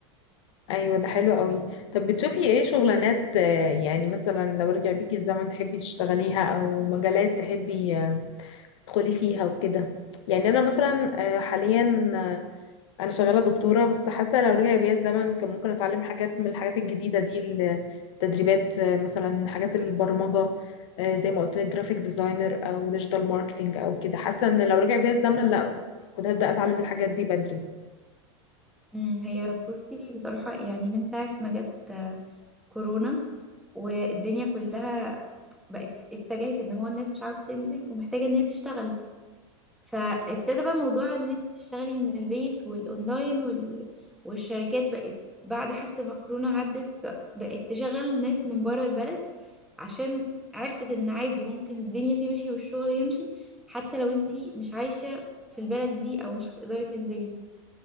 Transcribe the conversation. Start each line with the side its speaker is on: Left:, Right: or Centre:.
Left: ايوه ده حلو قوي طب بتشوفي ايه شغلانات آه، يعني مثلا لو رجع بيكي الزمن تحبي تشتغليها او مجالات تحبي آه، تدخلي فيها وكده يعني انا مثلا آه، حاليا آه، انا شغاله دكتوره بس حاسه لو رجع بيا الزمن كان ممكن اتعلم حاجات من الحاجات الجديده دي التدريبات آه، مثلا حاجات البرمجه آه، زي ما قلت لك جرافيك ديزاينر او ديجيتال ماركتنج او كده حاسه ان لو رجع بيا الزمن لا كنت هبدا اتعلم الحاجات دي بدري
Centre: امم هي بصي بصراحة يعني من ساعة ما جت آه، كورونا والدنيا كلها بقت اتجهت ان هو الناس مش عارفة تنزل ومحتاجة ان هي تشتغل فابتدى بقى موضوع ان انت تشتغلي من البيت والاونلاين وال... والشركات بقت بعد حتى ما كورونا عدت ب- بقت تشغل ناس من بره البلد عشان عرفت ان عادي ممكن الدنيا تمشي والشغل يمشي حتى لو انت مش عايشة في البلد دي او مش هتقدري تنزلي